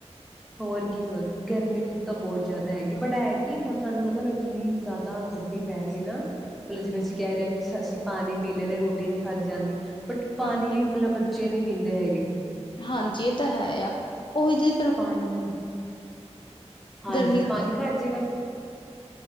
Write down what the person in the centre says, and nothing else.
ਹੋਰ ਕੀ ਹੋਰ ਗਰਮੀ ਤਾਂ ਬਹੁਤ ਜ਼ਿਆਦਾ ਹੈਗੀ, ਬਟ ਹੈ ਕਿ ਹੁਣ ਸਾਨੂੰ ਮਤਲਬ ਜਿੰਨੀ ਜ਼ਿਆਦਾ ਗਰਮੀ ਪੈ ਰੀ ਐ ਨਾ, ਮਤਲਬ ਜਿਵੇਂ ਅਸੀਂ ਕਹਿ ਰਹੇ ਕਿ ਅਸੀਂ ਪਾਣੀ ਪੀ ਲੇਨੇ ਆ, ਰੋਟੀ ਨੀ ਖਾਧੀ ਜਾਂਦੀ ਬਟ ਪਾਣੀ
ਵੀ ਮਤਲਬ ਬੱਚੇ ਨੀ ਪੀਂਦੇ ਹੈਗੇ।
ਪਾਨੀ। ਹਾਂਜੀ,
ਪਾਨੀ
ਘੱਟ ਜੇਗਾ,